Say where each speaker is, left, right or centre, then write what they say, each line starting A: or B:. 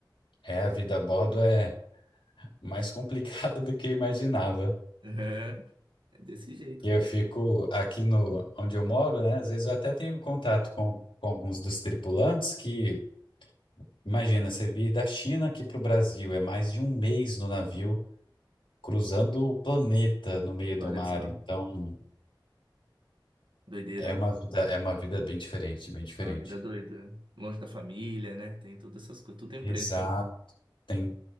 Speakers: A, on the left (about 90°); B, on the right (about 75°).
A: é, a vida a bordo é mais <laughs> complicada do que eu imaginava.
B: É, é desse jeito,
A: E
B: cara.
A: eu fico aqui no, onde eu moro, né? Às vezes eu até tenho contato com, com alguns dos tripulantes que. Imagina, você vir da China aqui para o Brasil, é mais de um mês no navio, cruzando o planeta no meio do
B: Olha
A: mar.
B: só.
A: Então,
B: Doideira,
A: é
B: né?
A: uma vida, é uma vida bem diferente, bem diferente.
B: É uma vida doida. Longe da família, né? Tem todas essas coisas. Tudo tem um
A: Exato.
B: preço, né?
A: tem.